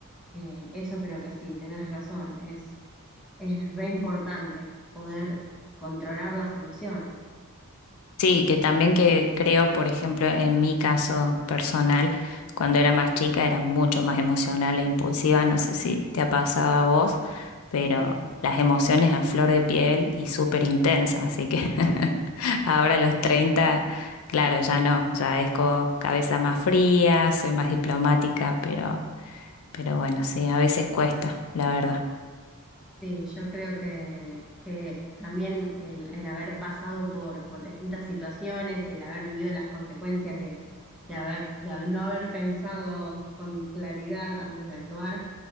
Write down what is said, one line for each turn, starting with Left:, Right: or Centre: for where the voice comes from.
Centre: Eh, eso creo que sí, tenés razón, es, es re importante poder controlar las emociones.
Left: Sí, que también que creo, por ejemplo, en mi caso personal, cuando era más chica era mucho más emocional e impulsiva, no sé si te ha pasado a vos, pero
Centre: Sí.
Left: las emociones a flor de piel y súper intensas, así que <laughs> ahora a los 30, claro, ya no, ya es con cabeza más fría, soy más diplomática, pero, pero bueno, sí, a veces cuesta, la verdad.
Centre: Sí, yo creo que, que también el, el haber pasado por, por distintas situaciones y el haber vivido las consecuencias de, de haber, de haber- no haber pensado con claridad antes de actuar,